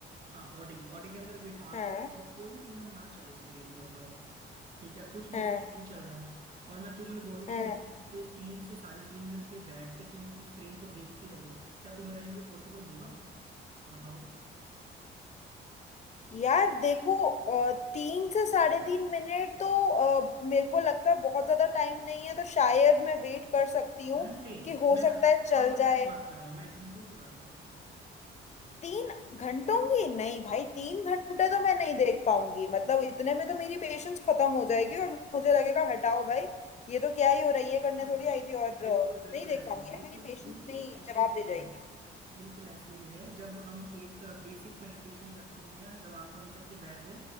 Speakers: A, on the right; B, on the left.
A: हाँ ऑडी ऑडी के अंदर बिठा
B: हाँ
A: दूं और कोई फिल्म ना चले स्क्रीन के ऊपर ठीक है कुछ भी
B: हाँ
A: उसमें नहीं चल रहा है और मैं तुम्हें बोलूं
B: हाँ
A: कि यहीं पे तीन से साढ़े तीन घंटे बैठ के तुम उस स्क्रीन को देखती रहो क्या तुम्हारे लिए पॉसिबल होगा वो बताओ
B: यार देखो अ, तीन से साढ़े तीन मिनट तो अ, मेरे को लगता है बहुत ज्यादा टाइम नहीं है तो शायद मैं वेट कर सकती हूँ
A: घंटे
B: कि हो
A: मैं
B: सकता है चल
A: आवर्स
B: जाए
A: की बात कर रहा हूँ मैं घंटों की बात कर रहा हूँ
B: तीन घंटों की नहीं भाई
A: हाँ
B: तीन घंटे तो मैं नहीं देख पाऊंगी मतलब इतने में तो मेरी पेशेंस खत्म हो जाएगी और मुझे लगेगा हटाओ भाई ये तो क्या ही हो रहा है ये
A: हाँ,
B: करने थोड़ी आई थी और
A: बिल्कुल
B: अ,
A: बिल्कुल
B: नहीं देख
A: ऐसे
B: पाऊंगी
A: ही बिल्कुल
B: यार मेरी पेशेंस
A: बिल्कुल
B: नहीं
A: ऐसे
B: जवाब
A: ही
B: दे जाएगी
A: है बिल्कुल ऐसे ही है जब हम एक बेसिक मेडिटेशन करते हैं जब आंख बंद करके बैठ गए